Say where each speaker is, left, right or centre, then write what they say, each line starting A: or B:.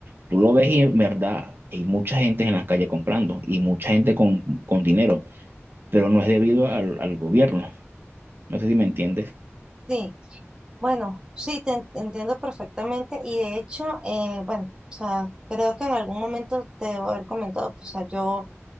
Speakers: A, on the right (about 50°); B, on the right (about 15°).
A: tú lo ves y en verdad hay mucha gente en las calles comprando y mucha gente con, con dinero, pero no es debido al, al gobierno. No sé si me entiendes.
B: <laughs> sí. Bueno, sí, te en- entiendo perfectamente y de hecho, eh, bueno, o sea, creo que en algún momento te debo haber comentado, pues, o sea, yo,